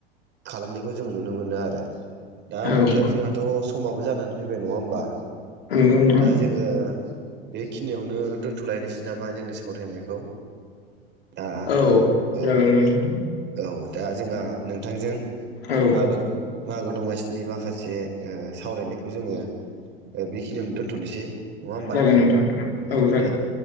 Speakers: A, on the right (about 35°); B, on the left (about 70°).
A: खालामनायखौ जों नुनो मोनो आरो दा नोंथां
B: औ नंगौ
A: जोंहा अ समाबबो जानानै फैबाय नङा होमबा
B: नोंथां
A: दा जोङो बेखिनियावनो दोन्थ'लायनोसै नामा जोंनि सावरायनायखौ दा
B: औ
A: औ
B: जागोन नोंथां
A: औ दा जोंहा नोंथांजों
B: औ औ
A: मागो मागो दमासिनि माखासे ओ सावरायनायखौ जोङो बेखिनियावनो दोनथ'नोसै नङा होमबा
B: जागोन
A: नोंथां
B: जागोन
A: औ
B: जागोन।
A: दे